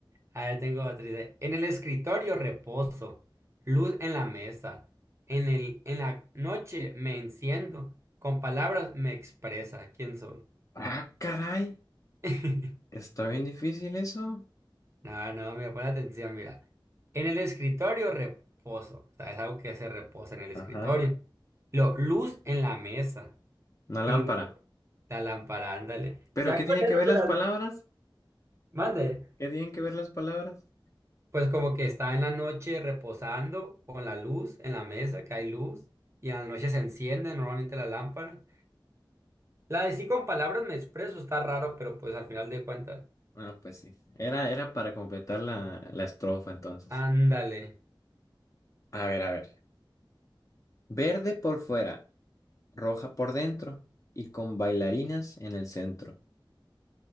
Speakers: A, on the right; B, on the left.
A: A ver, tengo otra idea. En el escritorio reposo, luz en la mesa. En el, en la noche me enciendo, con palabras me expresa quién soy.
B: Ah, caray.
A: <laughs>
B: Está bien difícil eso.
A: No, no, mira, pon atención, mira. En el escritorio, reposo. O sea, es algo que se reposa en el escritorio.
B: Ajá.
A: Lo luz en la mesa.
B: Una
A: Y
B: lámpara.
A: luz la lámpara, ándale.
B: ¿Pero
A: Ya
B: qué
A: con
B: tienen
A: eso
B: que ver
A: te
B: las
A: la
B: palabras?
A: mande.
B: ¿Qué tienen que ver las palabras?
A: Pues como que está en la noche reposando con la luz en la mesa, que hay luz. Y a la noche se enciende normalmente la lámpara. La de sí con palabras me expreso, está raro, pero pues al final de cuentas.
B: Ah, pues sí. Era, era para completar la, la estrofa entonces.
A: Ándale.
B: A ver, a ver. Verde por fuera, roja por dentro y con bailarinas en el centro.